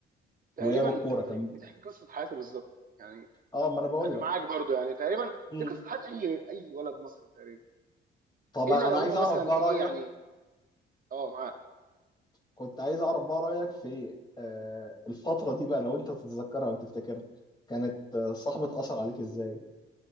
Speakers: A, on the right; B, on the left.
A: تقريبا
B: ولعب الكوره
A: انت بتحكي,
B: كان
A: بتحكي قصة حياتي بالظبط يعني
B: اه ما انا بقول
A: انا
B: لك
A: معاك برضو يعني تقريبا
B: مم.
A: دي قصة حياة اي اي ولد مصري تقريبا
B: طب
A: الا
B: انا
A: لو
B: عايز
A: هو مثلا
B: اعرف بقى
A: ايه
B: رايك
A: يعني اه معاك
B: كنت عايز اعرف بقى رايك في آه، الفتره دي بقى لو انت تتذكرها وتفتكرها كانت آه، صاحبة اثر عليك ازاي